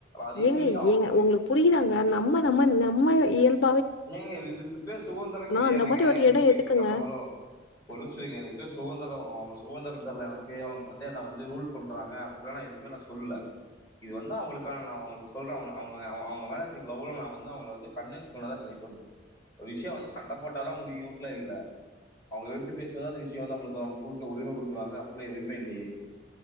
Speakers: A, on the left (about 15°); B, on the left (about 75°).
A: அதே
B: ஏங்க
A: மீறி அவன்
B: ஏங்க
A: அந்த விஷயம்-
B: உங்களுக்கு புரியிதாங்க நம்ம நம்ம நம்ம இயல்பு
A: என்னங்க இது இது பே சுதந்திரம் கிடையாதுங்க
B: அந்த மாரி ஒரு
A: இதுக்கு
B: இடம்
A: பே
B: எதுக்குங்க?
A: எங்கப்ப ஹலோ ஒரு நிமிஷம் இரிங்க இதுக்கு பேர் சுகதந்திரம் அவ சுதந்திர தர்ல எனக்கு அவங்க வந்து என்ன வந்து ரூல் பண்றாங்க அப்பல்லா நா எதுவுமே நா சொல்ல இது வந்து அவங்களுக்கானதா அவங்களுக்கு சொல்றே அவங்க அவங்க அவ அவங்க வேல சைட்ல ஊர்ல நா வந்து அவங்க வந்து கன்வின்ஸ் பண்ண தா ட்ரை பண்ணோ ஒரு விஷயோ வந்து சண்ட போட்டாதா முடியுன்டுல்லா இல்ல அவங்க எதுத்து பேசினாத அந்த விஷயொ நம்மளுக்கு குடுக்க உரிமை கொடுக்குறாங்க அப்பல்லா எதுவுமே இல்லையே